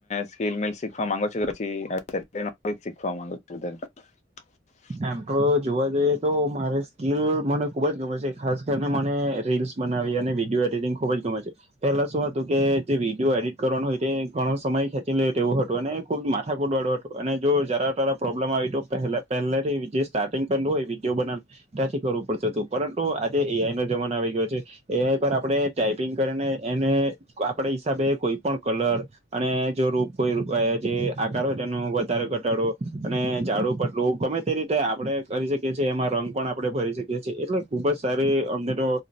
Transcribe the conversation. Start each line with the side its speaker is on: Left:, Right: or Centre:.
Left: સ્કીલ મિલ શીખવા માંગો છો એ પછી <unintelligible>
Right: એમ તો જોવા જઈએ તો મારે સ્કીલ મને ખુબ જ ગમે છે ખાસ કરને મને રીલ્સ બનાવી અને વિડિયો એડિટિંગ ખુબ જ ગમે છે. પહેલા શું હતું કે જે વિડીયો એડિટ કરવાનું હોય તે ઘણો સમય ખેંચી લે ટેવું હતું અને ખૂબ માથાકૂટવાળું હતું અને જો જરા તરા પ્રોબ્લેમ આવી તો પેહલા પેહલે જે વીજે સ્ટાર્ટિંગ પોઈન્ટ હોય વિડીયો બનાવ ત્યાંથી કરવું પડતું તું પરંતુ આજે એ આઈ નો જમાનો આવી ગયો છે. એ આઈ પર આપડે ટાઈપિંગ કરીને એને આપણે હિસાબે કોઈ પણ કલર અને જો રૂપ કોઈ રૂપે એહે જે આકાર હોય ટેમનું વધારે ઘટાડો અને ઝાડું પટલું ગમે તે રીતે આપડે કરી શકીએ છીએ એમાં રંગ પણ આપડે ભરી શકીએ છીએ. એટલે ખૂબ જ સારી અમને તો